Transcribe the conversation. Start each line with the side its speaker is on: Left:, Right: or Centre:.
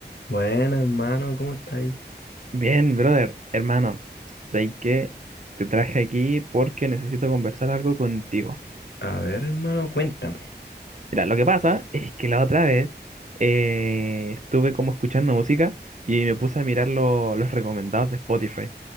Left: Bueno, hermano, ¿cómo está ahí?
Right: Bien, brother, hermano, sé que te traje aquí porque necesito conversar algo contigo.
Left: A ver, hermano, cuéntame.
Right: Mira, lo que pasa es que la otra vez eh, estuve como escuchando música y me puse a mirar lo- los recomendados de Spotify,